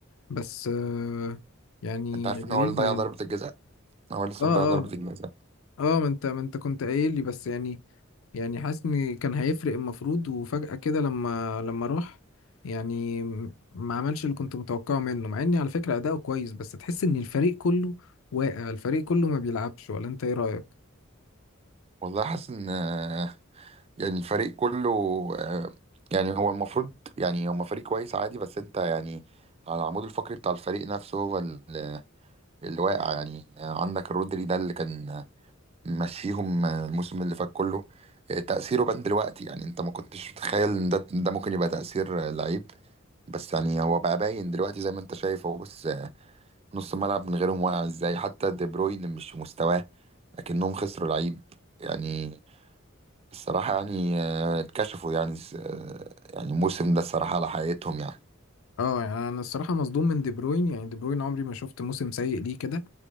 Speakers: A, on the left; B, on the right.
A: بس آه، يعني
B: أنت عارف إن
A: غريبه
B: هو اللي ضيع
A: يعني
B: ضربة الجزاء هو لسه
A: اه
B: مضيع ضربة
A: اه
B: الجزاء
A: اه ما انت ما انت كنت قايل لي بس يعني يعني حاسس ان كان هيفرق المفروض وفجأة كده لما لما راح يعني م- ما عملش اللي كنت متوقعه منه مع اني على فكرة اداؤه كويس بس تحس ان الفريق كله واقع الفريق كله ما بيلعبش ولا انت ايه رأيك
B: والله حاسس إن آه، يعني الفريق كله آه، يعني هو المفروض يعني هما فريق كويس عادي بس أنت يعني على العمود الفقري بتاع الفريق نفسه هو اللي اللي واقع يعني آه، عندك رودري ده اللي كان مشيهم الموسم اللي فات كله آه، تأثيره بان دلوقتي يعني انت ما كنتش متخيل ان ده ده ممكن يبقى تأثير لعيب بس يعني هو بقى باين دلوقتي زي ما انت شايف هو بص نص الملعب من غيرهم واقع ازاي حتى دي بروين مش في مستواه لكنهم خسروا لعيب يعني الصراحة يعني آه، اتكشفوا يعني آه، يعني الموسم ده الصراحة على حقيقتهم يعني
A: اه يعني انا الصراحة مصدوم من دي بروين يعني دي بروين عمري ما شفت موسم سيء ليه كده